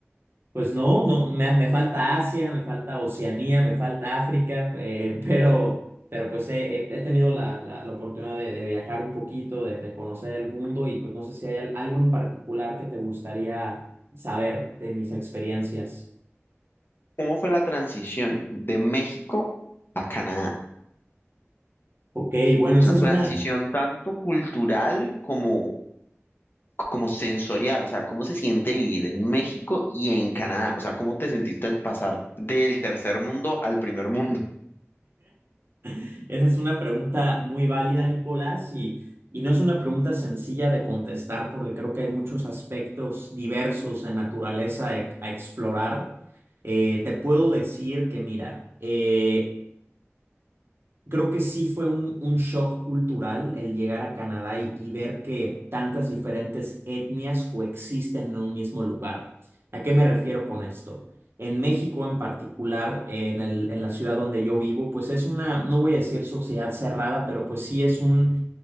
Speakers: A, on the right (about 55°); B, on the left (about 50°).
A: Pues no, no, me, me falta Asia, me falta Oceanía, me falta África, eh, <laughs> pero, pero pues he, he- he tenido la, la, la oportunidad de, de viajar un poquito, de, de conocer el mundo y pues no sé si hay al- algo en particular que te gustaría saber de mis experiencias.
B: ¿Cómo fue la transición de México a Canadá?
A: Ok, bueno, esa
B: O sea, transición
A: es una
B: tanto cultural como, como sensorial. O sea, ¿cómo se siente vivir en México y en Canadá? O sea, ¿cómo te sentiste al pasar del tercer mundo al primer mundo?
A: <laughs> Esa es una pregunta muy válida, Nicolás, y, y no es una pregunta sencilla de contestar porque creo que hay muchos aspectos diversos en naturaleza e- a, explorar. Eh, te puedo decir que, mira, eh, Creo que sí fue un, un shock cultural el llegar a Canadá y, y ver que tantas diferentes etnias coexisten en un mismo lugar. ¿A qué me refiero con esto? En México en particular, en el- en la ciudad donde yo vivo, pues es una, no voy a decir sociedad cerrada, pero pues sí es un